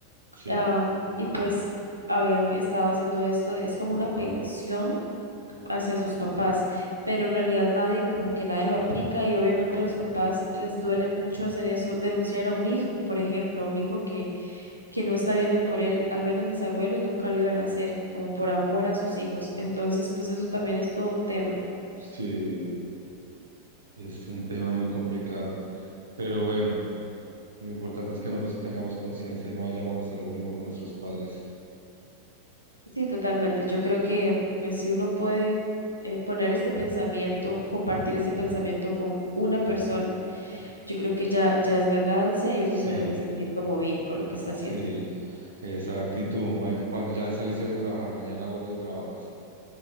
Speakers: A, on the right (about 70°); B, on the left (about 85°).
A: Sí.
B: Ah, y pues habían estado haciendo esto, de- es como una pensión hacia sus papás, pero en realidad nadie, como que nadie lo aplica y obviamente a los papás les duele mucho hacer eso, denunciar a un hijo, por ejemplo, a un hijo que, que no está viendo por él, al menos mis abuelos nunca lo iban a hacer, como por amor a sus hijos. Entonces, pues eso también es todo un tema.
A: Sí, es un tema muy complicado, pero bueno, lo importante es que nosotros tengamos conciencia y no vayamos a hacer lo mismo con nuestros padres.
B: Sí, totalmente. Yo creo que pues, si uno puede eh, poner este pensamiento, compartir este pensamiento con una persona, Yo creo que ya, ya es ganancia y
A: Sí,
B: uno se debe sentir como bien con lo que está
A: sí,
B: haciendo.
A: exacto. Y tú, ma- y cuando ya saliste de trabajar, mañana vuelves y trabajas.